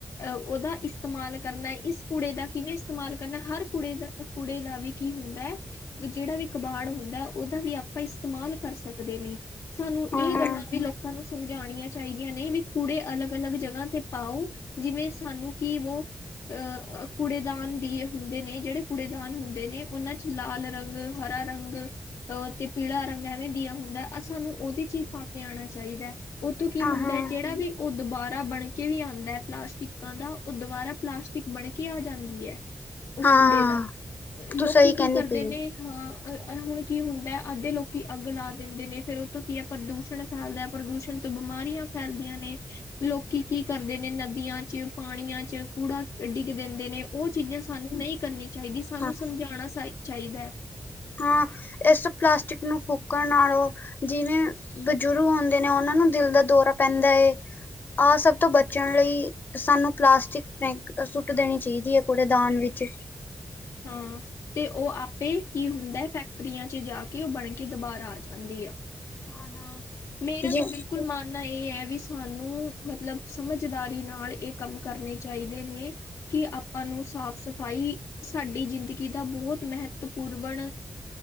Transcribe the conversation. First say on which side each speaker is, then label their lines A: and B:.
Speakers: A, on the left; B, on the left.
A: ਉਹਦਾ ਇਸਤੇਮਾਲ ਕਰਨਾ, ਇਸ ਕੁੜੇ ਦਾ ਕਿਵੇਂ ਇਸਤੇਮਾਲ ਕਰਨਾ, ਹਰ ਕੁੜੇ ਦਾ। ਕੁੜੇ ਦਾ ਵੀ ਕੀ ਹੁੰਦਾ ਹੈ। ਜਿਹੜਾ ਵੀ ਕਬਾੜ ਹੁੰਦਾ, ਉਹਦਾ ਵੀ ਆਪਾਂ ਇਸਤੇਮਾਲ ਕਰ ਸਕਦੇ ਨੇ। ਸਾਨੂੰ
B: ਹਾਂ-ਹਾਂ,
A: ਇਹ ਗੱਲਾਂ ਵੀ ਲੋਕਾਂ ਨੂੰ ਸਮਝਾਉਣੀਆਂ ਚਾਹੀਦੀਆਂ ਨੇ, ਵੀ ਕੂੜੇ ਅਲੱਗ ਅਲੱਗ ਜਗ੍ਹਾ ਤੇ ਪਾਓ। ਜਿਵੇਂ ਸਾਨੂੰ ਕਿ ਵੋ ਅਹ ਕੁੜੇਦਾਨ ਦੀ ਹੁੰਦੇ ਨੇ, ਜਿਹੜੇ ਕੁੂੜੇਦਾਨ ਹੁੰਦੇ ਨੇ ਉਹਨਾਂ ਚ ਲਾਲ ਰੰਗ ਹਰਾ ਰੰਗ ਤੇ ਪੀਲਾ ਰੰਗ ਐਵੇਂ ਦੀਆ ਹੁੰਦਾ, ਸਾਨੂੰ ਉਹਦੀ ਚੀਜ਼ ਪਾ ਕੇ ਆਉਣਾ ਚਾਹੀਦਾ। ਚਾਹੀਦਾ, ਉਹਤੋਂ ਕੀ
B: ਹਾਂ-ਹਾਂ,
A: ਹੁੰਦਾ ਜਿਹੜਾ ਵੀ ਉਹ ਦੁਬਾਰਾ ਬਣਕੇ ਵੀ ਆਉਂਦਾ ਹੈ, ਪਲਾਸਟਿਕਾਂ ਦਾ, ਉਹ ਦੁਬਾਰਾ ਪਲਾਸਟਿਕ ਬਣ ਕੇ ਆ ਜਾਂਦੀ ਹੈ। ਉਸ
B: ਹਾਂ
A: ਕੁੂੜੇ ਦਾ, ਲੋਕੀ
B: ਤੂੰ ਸਹੀ
A: ਕੀ
B: ਕਹਿੰਦੀ
A: ਕਰਦੇ
B: ਪਈ
A: ਨੇ ਹਾਂ ਹੁਣ ਕੀ ਹੁੰਦਾ, ਅੱਧੇ ਲੋਕੀ ਅੱਗ ਲਾ ਦਿੰਦੇ ਨੇ, ਫੇਰ ਉਹ ਤੋਂ ਕੀ ਹੈ ਪ੍ਰਦੂਸ਼ਣ ਫੈਲਦਾ, ਪ੍ਰਦੂਸ਼ਣ ਤੋਂ ਬਿਮਾਰੀਆਂ ਫੈਲਦੀਆਂ ਨੇ, ਲੋਕੀ ਕੀ ਕਰਦੇ ਨੇ ਨਦੀਆਂ ਚ ਪਾਣੀਆਂ ਚ, ਕੂੜਾ ਡਿੱਗ ਦਿੰਦੇ ਨੇ, ਉਹ ਚੀਜ਼ਾਂ ਸਾਨੂੰ ਨਹੀਂ ਕਰਨੀ ਚਾਹੀਦੀ, ਸਾਨੂੰ
B: ਹਾਂ।
A: ਸਮਝਾਉਣਾਾ ਚਾਹੀਦਾ ਹੈ
B: ਹਾਂ ਇਸ ਪਲਾਸਟਿਕ ਨੂੰ ਫੂਕਣ ਨਾਲੋਂ, ਜਿਵੇਂ ਬਜ਼ੁਰਗ ਹੁੰਦੇ ਨੇ, ਉਹਨਾਂ ਨੂੰ ਦਿਲ ਦਾ ਦੌਰਾ ਪੈਂਦਾ ਹੈ, ਆਹ ਸਭ ਤੋਂ ਬਚਣ ਲਈ ਸਾਨੂੰ ਪਲਾਸਟਿਕ ਫੈਂਕ ਸੁੱਟ ਦੇਣੀ ਚਾਹੀਦੀ ਹੈ, ਕੁੂੜੇ ਦਾਨ ਵਿੱਚ
A: ਹਾਂ ਤੇ ਉਹ ਆਪੇ ਕੀ ਹੁੰਦਾ ਹੈ, ਫੈਕਟਰੀਆਂ ਚ ਜਾ ਕੇ, ਉਹ ਬਣ ਕੇ ਦੁਬਾਰ ਆ ਜਾਂਦੀ ਆ
B: ਹਾਂ ਹਾਂ
A: ਮੇਰਾ
B: ਜੀ
A: ਤਾਂ ਬਿਲਕੁਲ ਮਾਣ ਇਹ ਹੈ ਵੀ ਸਾਨੂੰ ਮਤਲਬ ਸਮਝਦਾਰੀ ਨਾਲ, ਇਹ ਕੰਮ ਕਰਨੇ ਚਾਹੀਦੇ ਨੇ। ਕਿ ਆਪਾਂ ਨੂੰ ਸਾਫ਼ ਸਫ਼ਾਈ ਸਾਡੀ ਜ਼ਿੰਦਗੀ ਦਾ ਬਹੁਤ ਮਹੱਤਵਪੂਰਬਨ